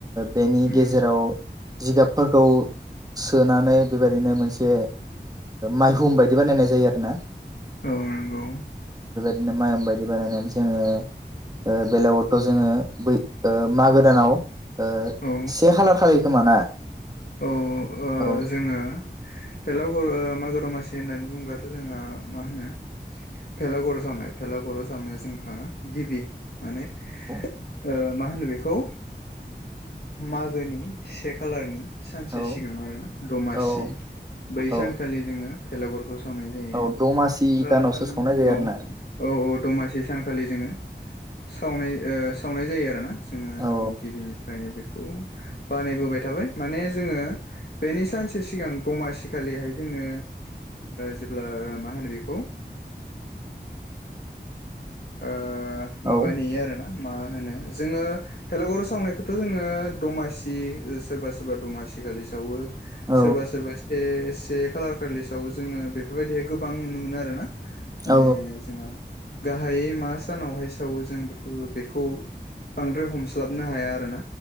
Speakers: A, on the right (about 20°); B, on the left (about 60°).
A: बेनि
B: उम
A: गेजेराव जिगाबफोरखौ सोनानै बेबायदिनो मोनसे माइहुम बायदि बानायनाय जायो आरोना।
B: औ नंगौ।
A: <unintelligible> बायदि बानायनानै जोङो ओ बेलागुरखौ जोङो बै मागो दानाव ओ
B: औ
A: से खालार खालि खोमा ना?
B: औ ओ
A: औ
B: जोङो <inaudible> मागो दमासि होननानै बुङोब्लाथ' जोंहा मा होनो? भेलाघर' सावनाय भेलाघर' सावनाया जोंहा गिबि माने
A: औ।
B: ओ मा होनो बेखौ मागोनि से खालारनि सानसे
A: औ
B: सिगां आरोना दमासि
A: औ
B: बै
A: औ
B: सानखालि जोङो भेलागुरखौ सावनाय जायो।
A: औ दमासि
B: औ
A: दानावसो सावनाय जायो आरो ना
B: औ औ दमासि सानखालि जोङो सावनाय ओ सावनाय जायो आरोना जोङो
A: औ
B: गिबिनो <unintelligible> बेखौ बानायबोबाय थाबाय माने जोङो बेनि सानसे सिगां दमासि खालिहाय जोङो जेब्ला मा होनो बेखौ ओ
A: औ
B: माबा
A: औ
B: नेयो आरोना। मा होनो जोङो भेलागर सावनायखौथ' जोङो दमासि सोरबा- सोरबा दमासि आथिखालि सावो।
A: औ
B: सोरबा- सोरबा से- से खालार खालि सालों। जोङो बेफोरबायदिहाय गोबां नुनो मोनो आरो ना। माने
A: औ
B: जोंहा हायै मा सानावहाय सावो जों बेखौ- बेखौ बांद्राय हमस्लाबनो हाया आरोना।